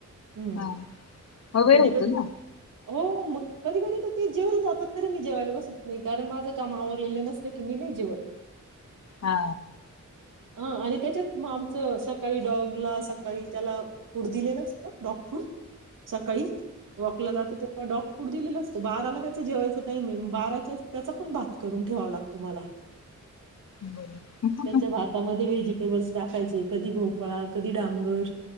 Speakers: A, on the right (about 85°); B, on the left (about 55°).
A: ह्म्म्म
B: हा मग वेळ
A: कधी
B: होतो
A: कधी
B: ना
A: हो मग कधी कधी तर ते जेवून जातात, तरी मी जेवायला बसत नाही कारण माझं काम आवरलेलं नसलं की मी नाही जेवत.
B: हा.
A: आ -आणि त्याच्यात आमचं सकाळी डॉगला सकाळी त्याला फूड दिलेस डॉग फूड सकाळी वॉकला जाते, तेव्हा डॉग फूड दिलेलं असतं, बाराला त्याच जेवायचा टाईमिंग बाराच्या त्याचा पण भात करून ठेवा लागतो मला.
B: बर
A: त्याच्या भातामध्ये वेज टेबल्स टाकायचे, कधी भोपळा, कधी डांगर.